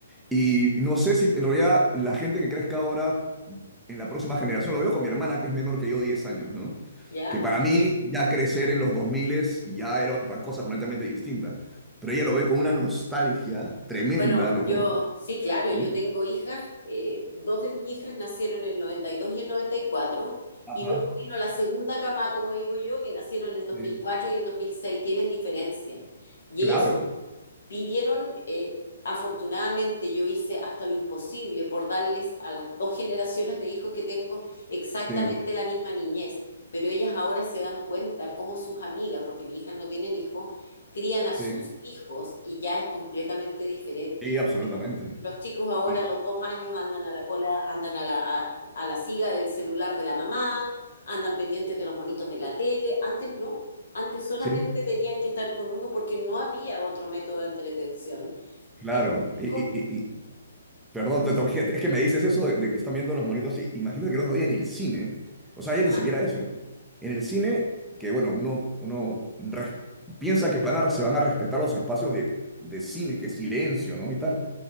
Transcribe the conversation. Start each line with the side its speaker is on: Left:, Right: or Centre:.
Centre: Y no sé si en realidad la gente que crezca ahora en la próxima generación, lo veo con mi hermana que es menor que yo 10 años, ¿no?
Left: ¿ya?
Centre: Que para mí ya crecer en los 2000 ya era otra cosa completamente distinta. Pero ella lo ve con una nostalgia tremenda
Left: Bueno,
Centre: los
Left: yo,
Centre: 2000,
Left: sí, claro,
Centre: ¿no?
Left: yo tengo hijas, eh, dos de mis hijas nacieron en el noventa y dos y el noventa y cuatro,
Centre: Ajá,
Left: y luego vino la segunda cama, como digo yo, que nacieron en el dos
Centre: sí.
Left: mil cuatro y el 2006. tienen diferencia. Y
Centre: Claro,
Left: ellas vivieron, eh, afortunadamente yo hice hasta lo imposible por darles a las dos generaciones de hijos que tengo exactamente
Centre: sí,
Left: la misma niñez, pero ellas ahora se dan cuenta cómo sus amigas, porque mis hijas no tienen hijos, crían a
Centre: sí,
Left: sus hijos y ya es completamente diferente.
Centre: sí, absolutamente.
Left: Los chicos ahora
Centre: Ah,
Left: a los dos años andan a la cola, andan a la, a, a la siga del celular de la mamá, andan pendientes de los monitos en la tele. Antes no, antes solamente
Centre: Sí,
Left: tenían que estar con uno porque no había otro método de entretención.
Centre: claro.
Left: Y los chicos,
Centre: Y, y- y- Perdón, te toqué. Es que me dices eso de, de que están viendo los monitos. y Imagínate que el otro día en el cine, o sea,
Left: ajá,
Centre: ya ni siquiera eso, ¿no? En el cine, que bueno, uno, uno res- piensa que van a, se van a respetar los espacios de, de cine, que silencio, ¿no? Y tal.